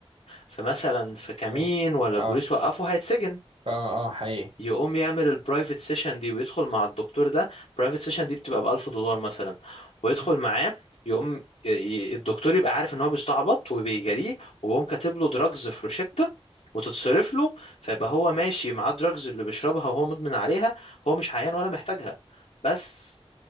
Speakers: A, on the left; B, on the right.
A: في مثلا في كمين
B: ف- اه
A: ولا البوليس
B: اه
A: وقفه هيتسجن
B: اه حقيقي
A: يقوم يعمل البرايفت سيشن دي ويدخل مع الدكتور ده برايفت سيشن دي بتبقى ب 1000 دولار مثلا ويدخل
B: مهم.
A: معاه يقوم ي- ي- الدكتور يبقى عارف ان هو بيستعبط وبيجاريه ويقوم كاتب له دراجز في روشتة وتتصرف له فيبقى هو ماشي مع الدراجز اللي بيشربها وهو مدمن عليها هو مش عيان ولا محتاجها بس